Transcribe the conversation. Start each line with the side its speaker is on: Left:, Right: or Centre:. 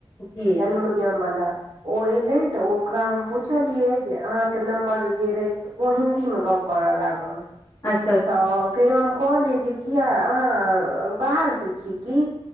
Left: जी
Right: एल्युमिनियम वाला ओ एयलै तऽ ओ ओकरा हम पुछलियै जे अहाँके नम्बर जे रहै ओ हिंन्दी मे गप्प करऽ लागल
Left: अच्छा अच्छा
Right: तऽ फेरो हम कहलिय जे कियै अहाँ बाहर सँ छी की